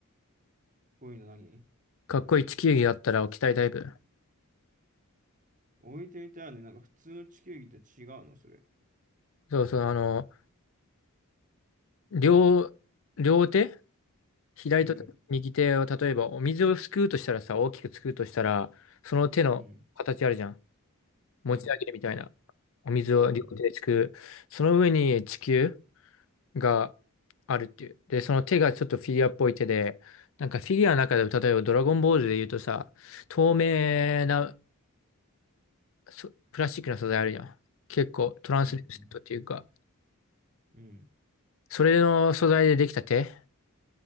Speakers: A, on the right; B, on the left.
A: こいの何
B: かっこいい地球儀があったら置きたいタイプ
A: 置いてみたらね、なんか普通の地球儀と違うの、それ。
B: そうそう、あの、両、両手左と右手を例えばお水をすくうとしたらさ、
A: うん。
B: 大きくすくうとしたら、その手の形あるじゃん。
A: うん。
B: 持ち上げるみたいな。
A: うん。
B: お水を両手ですくう。
A: うん。
B: その上に地球があるっていう。で、その手がちょっとフィギュアっぽい手で、なんかフィギュアの中でも例えばドラゴンボールで言うとさ、透明なそプラスチックの素材あるじゃん。結構トランスレストっていうか、
A: うん。うん。うん。
B: それの素材でできた手。